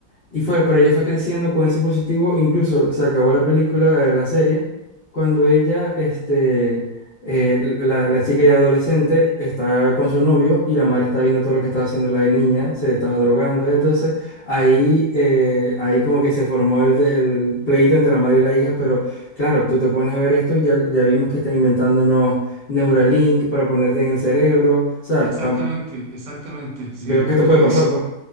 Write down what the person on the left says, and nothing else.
Y fue, pero ella fue creciendo con ese positivo, incluso se acabó la película, eh, la serie, cuando ella, este, eh, la, la chica ya adolescente está con su novio y la madre está viendo todo lo que estaba haciendo la niña, se estaba drogando, entonces ahí, eh, ahí como que se formó el, de- el pleito entre la madre y la hija, pero claro, tú te pones a ver esto y ya, ya vimos que están inventando unos Neuralink para ponerte en el cerebro, o sea,
tam-
veo que esto
puede
pasar, pues.